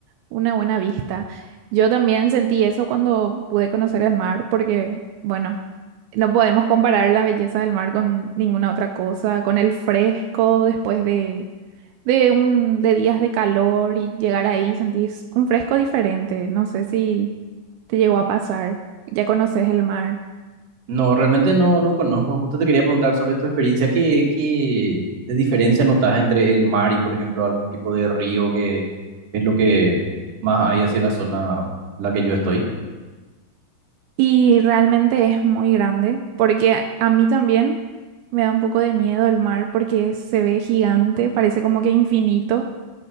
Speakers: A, on the right; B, on the right.
A: una buena vista. Yo también sentí eso cuando pude conocer el mar, porque, bueno, no podemos comparar la belleza del mar con ninguna otra cosa, con el fresco después de, de un, de días de calor y llegar ahí sentís un fresco diferente. No sé si te llegó a pasar, ya conoces el mar.
B: no, realmente no, no conozco. Justo te quería preguntar sobre tu experiencia. ¿Qué, qué de diferencia notas entre el mar y, por ejemplo, algún tipo de río que es lo que más hay hacia la zona en la que yo estoy?
A: Y realmente es muy grande, porque a mí también me da un poco de miedo el mar, porque se ve gigante, parece como que infinito,